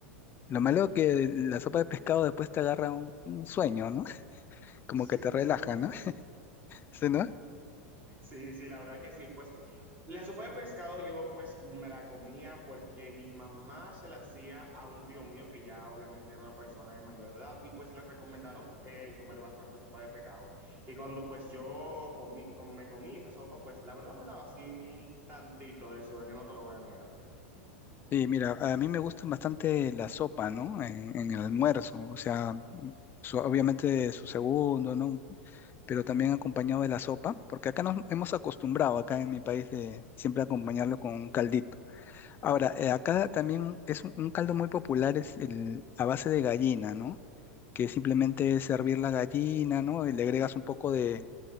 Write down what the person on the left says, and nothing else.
Lo malo que la sopa de pescado después te agarra un, un sueño, ¿no? <laughs> Como
que te relaja,
¿no? <laughs> ¿Sí, no?
Sí, mira, a mí me gusta bastante la sopa, ¿no? En, en el almuerzo, o sea, su- obviamente su segundo, ¿no? Pero también acompañado de la sopa, porque acá nos hemos acostumbrado, acá en mi país, de siempre acompañarlo con un caldito. Ahora, eh, acá también es un, un caldo muy popular, es el, a base de gallina, ¿no? Que simplemente es hervir la gallina, ¿no? Y le agregas un poco de,